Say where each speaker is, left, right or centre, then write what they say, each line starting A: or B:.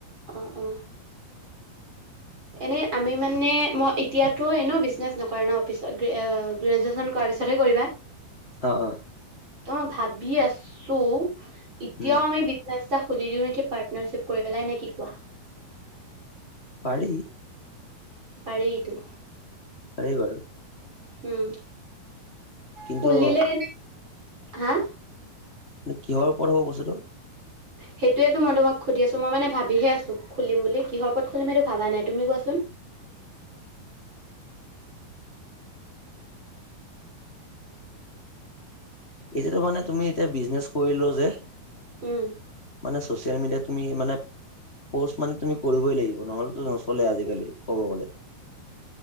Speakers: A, on the right; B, on the left.
A: অঁ অঁ। এনেই আমি মানে মই এতিয়াতো এনেও বিজনেছ নকৰা ন, পিছত গ্ৰেজুৱেশ্যন কৰাৰ পিছতহে কৰিবা?
B: অঁ অঁ
A: ত মই ভাবি আছো, এতিয়াও
B: উম
A: আমি বি টা খুলি দিও নেকি পাৰ্টনাৰশ্বিপ কৰি পেলাই নেকি কোৱা?
B: পাৰি
A: পাৰিতো
B: পাৰি বাৰু
A: উম
B: কিন্তু
A: খুলিলে হা
B: কিন্তু কিহৰ ওপৰত হ'ব বস্তুটো?
A: সেইটোয়েতো মই তোমাক সুধি আছো মই মানে ভাবিহে আছো খুলিম বুলি কিহৰ পথ খুলিম সেইটো ভাবা নাই তুমি কোৱাচোন?
B: এতিয়াতো মানে তুমি এতিয়া বিজনেচ কৰিলো যে,
A: উম
B: মানে চচিয়েল মিডিয়াত তুমি মানে প'ষ্ট মানে তুমি কৰিবই লাগিব। নহ'লেতো নচলে আজিকালি ক'ব গ'লে।